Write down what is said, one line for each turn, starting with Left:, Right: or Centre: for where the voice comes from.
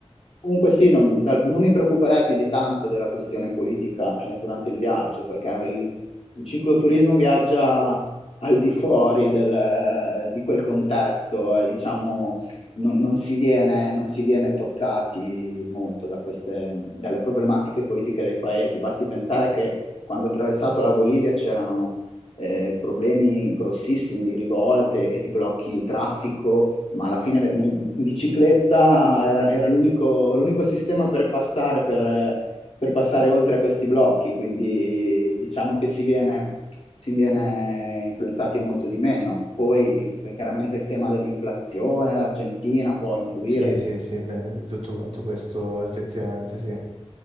Left: Comunque sì, non, dal- non mi preoccuperei più di tanto della questione politica eh, durante il viaggio, perché il, il cicloturismo viaggia al di fuori del- di quel contesto e diciamo non, non si viene, non si viene toccati molto da queste, dalle problematiche politiche dei paesi. Basti pensare che quando ho attraversato la Bolivia c'erano eh, problemi grossissimi di rivolte e di blocchi di traffico ma alla fine le- noi- in bicicletta era, era l'unico l'unico sistema per passare, per, per passare oltre a questi blocchi, quindi diciamo che si viene, si viene influenzati molto di meno. Poi, poi chiaramente il tema dell'inflazione, l'Argentina può influire.
Right: Sì, sì, sì, beh, tutto quanto questo effettivamente sì.